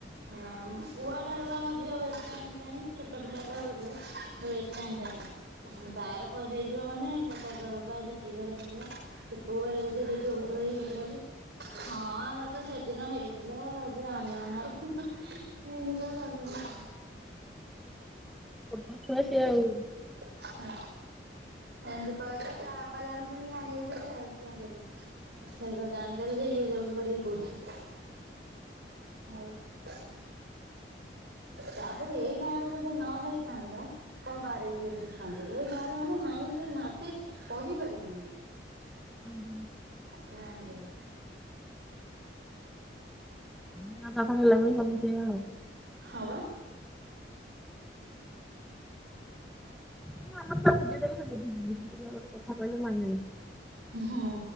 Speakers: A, on the right (about 70°); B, in the centre.
A: ହଁ ପୁଅ ଠାରୁ ବା ମୋ ଝିଅ ବେଶୀ ଆଇଁଷିଆଣି ଛୋଟ ପିଲାଟା <inaudible> <unintelligible> ବାର ହେଇଯିବ ମାନେ ପଚାରିଦେବ ଵାପା ଆଜି କି ବାରେ କହିଲ ସେ କୋଉ ବାରେ ଯଦି ହେଇ ବୁଧୁବାରେ କି ଶୁକ୍ରବାରେ ହଁ ଆମର ତ ସେଦିନ ହେଇଥିଲା <unintelligible> ଏମତି କହିବ ତାପରେ ହଁ
B: ଛୋଟଛୁଆ ସିଏ ଆଉ
A: ହଁ ଏମତି କହିଦେବେ ତା ବାପା ଜାଣି ଶୁଣିକି ଆଣିବେ ଫେରେ ଆଉ କଣ କରିବେ। ସେଇପା ଜାଣିଦେବେ ଯେ ଇଏ ରୋଲ କରିକି କହୁଚି। <inaudible> ତାପରେ ଏଇ ଗାଁ ରେ ଯଦି ନ ହେଇଥାନ୍ତା କଣ ବାଆଁରେଇ ଦିଅନ୍ତି ଛୁଆଙ୍କୁ ଏଇ ଗାଁରେ ମାନେ ନାହିଁ କି ନାଚି କହିପାରିବୁନି।
B: ଉଁହୁଁ।
A: ସେ ଜାଣିଦେବେ
B: <unintelligible>
A: ହବା।
B: <unintelligible>
A: ହୁଁ।